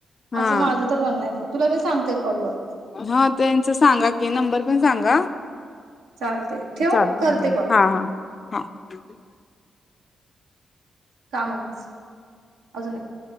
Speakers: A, on the left; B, on the right.
A: हा
B: असं माझं तर म्हणणय तुला मी सांगते कॉल वर
A: हा त्यांच सांगा की नंबर पण सांगा
B: चालते ठेवू
A: चालतय
B: करते
A: हा
B: कॉल
A: हा हा हा
B: काम ये माझं अजून एक